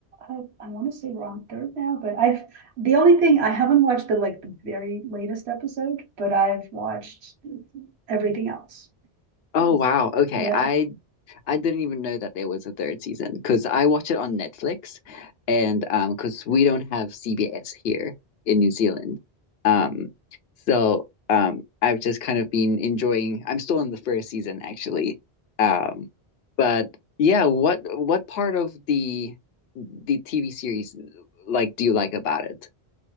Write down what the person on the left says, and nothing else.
Oh
wow. Okay.
I I didn't even know that there was a third season because I watch it on Netflix and um because we don't have CBS here in New Zealand. Um so um I've just kind of been enjoying I'm still in the first season actually. Um but yeah, what what part of the the TV series like do you like about it?